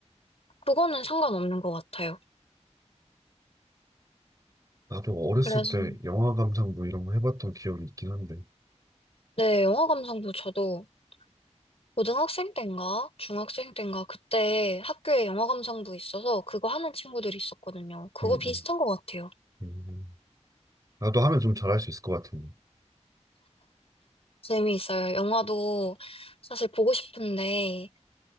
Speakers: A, on the left; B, on the right.
A: 그거는 상관없는 것 같아요.
B: 나도 어렸을
A: 그래서
B: 때 영화 감상 뭐 이런 거 해봤던 기억이 있긴 한데.
A: 네, 영어 감상부 저도 고등학생 때인가 중학생 때인가 그때 학교에 영어 감상부 있어서 그거 하는 친구들이 있었거든요. 그거
B: 음, 음,
A: 비슷한 것 같아요.
B: 음. 나도 하면 좀 잘할 수 있을 것 같은데.
A: 재미있어요. 영화도 사실 보고 싶은데